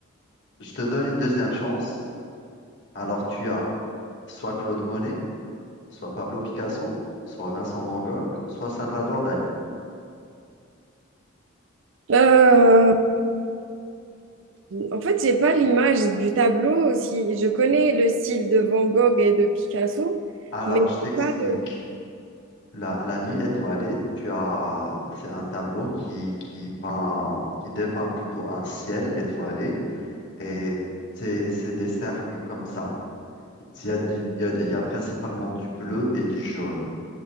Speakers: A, on the left; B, on the right.
A: je te donne une deuxième chance. Alors tu as soit Claude Monet, soit Pablo Picasso, soit Vincent Van Gogh, soit Salvador Dali.
B: Euh, en fait, j'ai pas l'image du tableau. Si je connais le style de Van Gogh et de Picasso,
A: Alors
B: mais
A: je t'explique.
B: j'ai pas le.
A: La, La Nuit étoilée, tu as, c'est un tableau qui, qui peint, qui dépeint plutôt un ciel étoilé et c'est c'est des cercles comme ça. Il y a du- il y a, il y a principalement du bleu et du jaune.